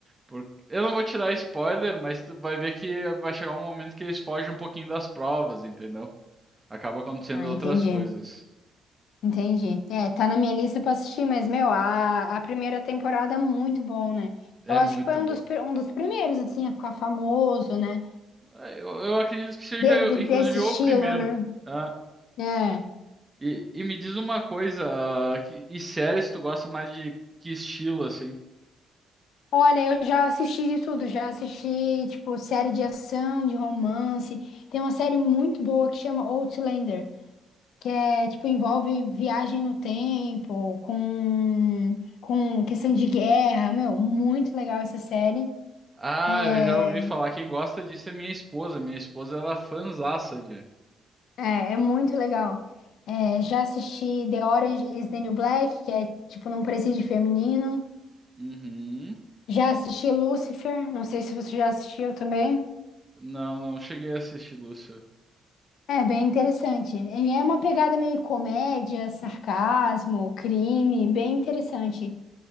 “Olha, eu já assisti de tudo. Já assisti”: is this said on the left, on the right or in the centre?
Left